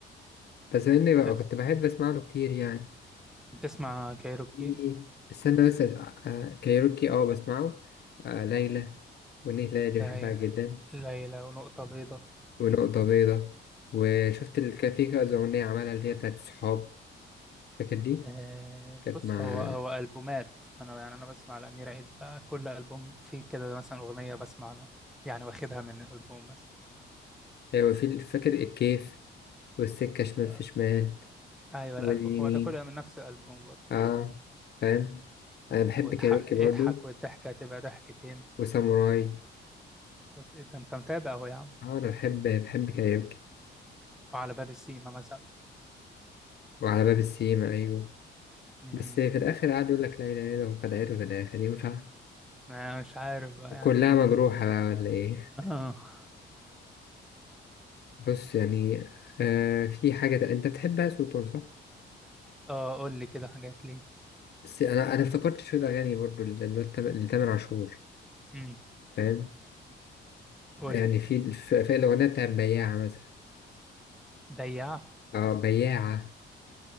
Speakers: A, on the left; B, in the centre.
A: بس اني
B: بتس...
A: بقى كنت بحب اسمع له كتير يعني
B: بتسمع كايروكي
A: في- استنى بس آه، كايروكي اه بسمعه آه ليلى والأغنية ليلى دي
B: لي-
A: بحبها جدا
B: ليلى ونقطة بيضاء
A: ونقطة بيضة وشفت الكافيه كذا أغنية عملها اللي هي بتاعت الصحاب فاكر دي
B: آه
A: كانت
B: بص
A: مع
B: هو هو ألبومات أنا يعني أنا بسمع لأمير عيد بقى كل ألبوم فيه كده مثلا أغنية بسمع من- يعني واخدها من الألبوم مثلا
A: أيوة في ال- فاكر الكيف والسكة شمال
B: آه
A: في شمال
B: أيوه
A: واليمين
B: الألبوم هو ده كله من نفس الألبوم برضه
A: اه فاهم أنا بحب
B: وتح-
A: كايروكي برضو
B: اضحك والضحكة تبقى ضحكتين
A: وساموراي
B: بس إيه ده انت متابع اهو يا عم
A: اه أنا بحب بحب كايروكي
B: وعلى باب السيما مثلا
A: وعلى باب السيما أيوة
B: امم
A: بس في الآخر
B: قول.
A: قعد يقول لك لا إله إلا الله وخدعته في الآخر ينفع
B: أنا مش عارف بقى يعني
A: كلها مجروحة بقى ولا إيه
B: اه
A: بص يعني آه في حاجة أنت بتحبها سلطان صح؟
B: اه قول لي كده حاجات ليه
A: بس انا انا افتكرت شويه اغاني برضو ل- اللي هو التم- لتامر عاشور
B: امم
A: فاهم
B: قول
A: يعني
B: لي
A: في الف- في الاغنيه بتاعت بياعه مثلا
B: بياع
A: اه بياعه